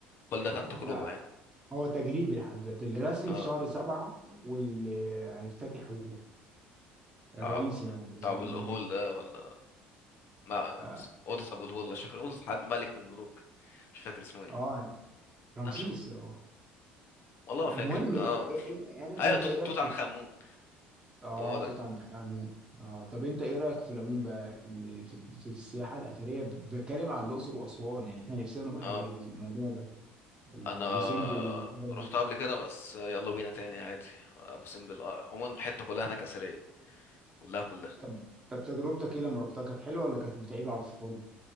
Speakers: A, on the left (about 55°); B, on the right (about 20°).
A: كل ده كان تجربه
B: لا
A: يعني
B: هو تجريبي لحد دلوقتي الرسمي
A: اه
B: في شهر سبعة واللي هيفتتحه
A: تعب
B: الرئيس يعني رئيس
A: تعب
B: الجمهورية
A: الهول ده ولا مع
B: آه
A: اوضه ابو الهول مش فاكر اوضه حد ملك من الملوك مش فاكر اسمه ايه
B: آه، رمسيس
A: لا مش أبو-
B: اه
A: والله ما
B: المهم
A: فاكر اه
B: إيه- إيه- إيه- أنا-
A: ايوه
B: انت
A: توت
B: ايه رايك
A: توت
B: في
A: عنخ امون
B: اه
A: هو ده
B: توت عنخ امون اه طب انت ايه رايك في العموم بقى إن في ال- في السياحه الاثريه بتكلم عن الاقصر واسوان يعني احنا نفسنا نروح
A: اه
B: الموضوع ده ال-
A: انا
B: ابو سمبل والحاجات
A: رحت
B: دي
A: قبل كده بس يلا بينا تاني عادي ابو سمبل آه، عموما الحته كلها هناك اثريه كلها كلها
B: طب طب تجربتك ايه لما رحتها كانت حلوه ولا كانت متعبه على الفاضي